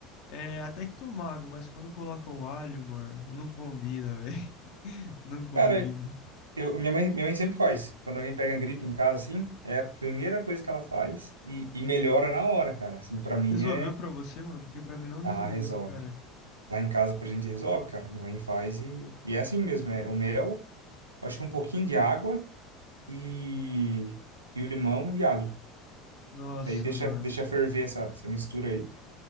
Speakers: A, on the left; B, on the right.
A: é até que tomável, mas quando coloca o alho, mano, não combina, velho. <laughs> Não combina.
B: Cara, eu, minha mãe, minha mãe sempre faz. Quando alguém pega gripe em casa assim, é a primeira coisa que ela faz e, e melhora na hora, cara. Assim, para mim
A: Resolveu
B: é,
A: pra você, mano? Porque pra mim não resolveu,
B: ah, resolve.
A: cara.
B: Lá em casa pra gente resolve, cara. Minha mãe faz e, e é assim mesmo, é o mel, acho que um pouquinho de água e, e o limão e alho.
A: Nossa,
B: Daí deixa,
A: mano.
B: deixa ferver essa, essa mistura aí